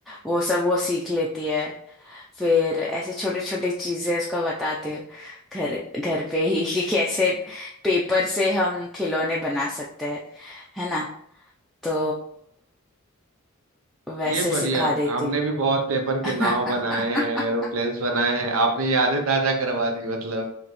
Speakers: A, in the centre; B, on the right.
A: वो सब वो सीख लेती है फिर ऐसे छोटी छोटी चीजें उसको बताती हूँ घर घर पे ही कि कैसे पेपर से हम खिलौने बना सकते हैं है ना तो वैसे
B: ये बढ़िया
A: सिखा
B: है
A: देती
B: हमने
A: हूँ
B: भी बहुत पेपर के
A: <laughs>
B: नाव बनाए हैं एरोप्लेन्स बनाए हैं आपने यादें ताजा करवा दी मतलब